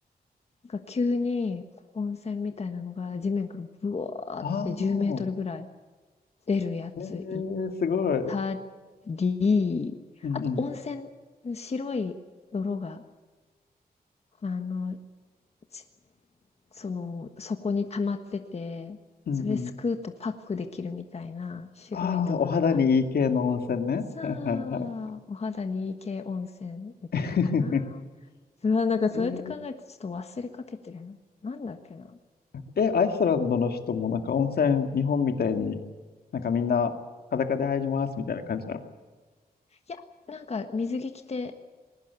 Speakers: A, on the left; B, on the left.
A: なんか急に温泉みたいなのが地面からブワーって10メートルぐらい
B: ああ、
A: 出るやつい
B: ええすごい。
A: たり、
B: うんうん、
A: あと温泉の白い泥が、あの、ちその、底に溜まってて、
B: うんうん。
A: それすくうとパックできるみたいな白い泥のある。
B: ああ、お肌にいい系の温泉ね。
A: さあ、
B: はいはいはい。
A: お肌にいい系温泉行ったかな。
B: <laughs>
A: うわ、なんかそうやって考えてちょっと忘れかけてるな。
B: えー
A: なんだっけな。
B: え、アイスランドの人もなんか温泉、日本みたいになんかみんな裸で入りますみたいな感じなの。
A: いや、なんか水着着て、